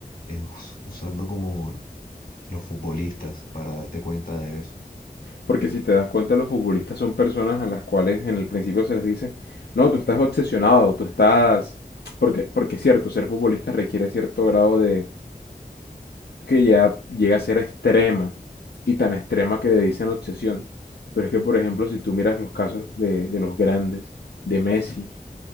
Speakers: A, on the left; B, on the left.
A: es us- usando como los futbolistas para darte cuenta de eso.
B: Porque si te das cuenta, los futbolistas son personas a las cuales en el principio se les dice, no, tú estás obsesionado, tú estás... Porque, porque es cierto, ser futbolista requiere cierto grado de... que ya llega a ser extrema, y tan extrema que le dicen obsesión. Pero es que, por ejemplo, si tú miras los casos de, de los grandes, de Messi,